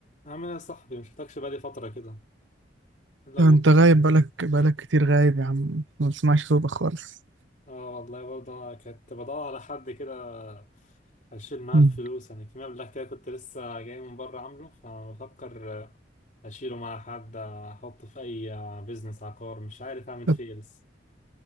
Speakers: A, on the left (about 45°); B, on the right (about 85°).
A: عامل ايه يا صاحبي مشفتكش بقالي فترة كده الا
B: لو
A: هو
B: انت غايب بقالك بقالك كتير غايب يا عم ما بسمعش صوتك خالص
A: اه والله برضه كنت بدور على حد كده اشيل معاه
B: مم.
A: الفلوس يعني في مبلغ كده كنت لسه جاي من بره عامله فبفكر آه، اشيله مع حد آه، احطه في اي بيزنس عقار مش عارف اعمل فيه
B: انت
A: إيه لسه